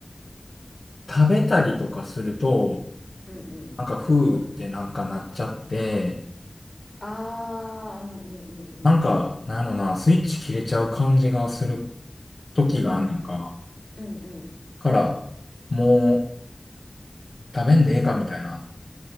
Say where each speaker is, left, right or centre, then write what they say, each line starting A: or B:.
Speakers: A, on the left; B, on the left.
A: 食べたりとかすると、
B: うんうん
A: なんか、ふーってなんかなっちゃって、
B: ああ、うんうんう
A: なんか、
B: ん
A: なんやろな、スイッチ切れちゃう感じがする時があんねんか。
B: うん。うんうん。うんうん。
A: から、もう食べんでええかみたいな、